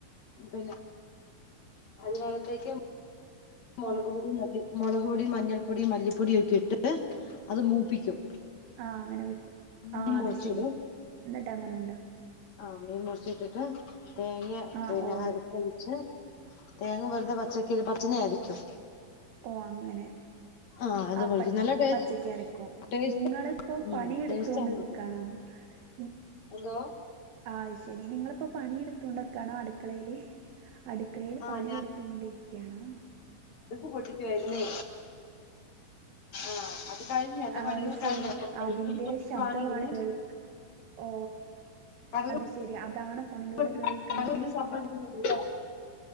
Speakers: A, on the left; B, on the right.
A: പിന്നെ അഞ്ചാമാത്തേക്ക് മുളക്
B: ഓ
A: പൊടിയും മുളക് പൊടിയും മഞ്ഞൾപ്പൊടിയും മല്ലിപ്പൊടിയൊക്കെ ഇട്ട് അത് മൂപ്പിക്കും
B: ആഹ അങ്ങനെ വെക്കും ആ
A: മീൻ
B: അത്
A: മുറിച്ചിടും
B: ശെരി ന്നിട്ട് അങ്ങനെ ഉണ്ടാകും
A: ആ മീൻ മുറിച്ചിട്ടിട്ട് തേങ്ങ്യ
B: ആഹ്
A: പിന്നെ
B: ഓ
A: അരിപ്പൊഴിച്ച് തേങ്ങ വെറുതെ പച്ചക്ക് പച്ചനെ <unintelligible> ആായിരിക്കും
B: ഉ ഓ അങ്ങനെ
A: ആഹ് അത്
B: ആ
A: കുഴിക്കും
B: പച്ച
A: നല്ല ടേസ്റ്റ്
B: പച്ചയ്ക്കരയ്ക്കും
A: ടേസ്റ്റ്
B: നിങ്ങളിപ്പോ
A: ഉം
B: പണിയെടുത്ത്
A: ടേസ്റ്റ്
B: എത്തണ്ട്
A: ആണ്
B: നിിക്കാണോ <unintelligible>
A: എന്തോ
B: ആ ശരി നിങ്ങളിപ്പോ പണിയെടുത്തൊണ്ട്ക്കാണോ അടുക്കളയില് അടുക്കളയിൽ
A: ആഹ്
B: പണിയെടുതും കൊണ്ടിരിയ്ക്കാണോ
A: പൊട്ടിക്കായിരുന്നേ ആ കഴിഞ്ഞു എന്റെ
B: ആഹ്
A: പണികൾ
B: ശരി
A: കഴിഞ് അപ്പൊ <unintelligible> കര
B: അതിന്റെ
A: കൂടി പൊട്ടിക്കുവാണെങ്കില്
B: ശബ്ദമാണ് കേൾ ഓ
A: കടുക്
B: അത് ശെരി അ ഫോണിലൂടെ
A: പൊട്ടി
B: കേൾക്കുന്നത്
A: കടുക് പൊട്ടിക്കുന്ന ശബ്ദം കേട്ടില്ലേ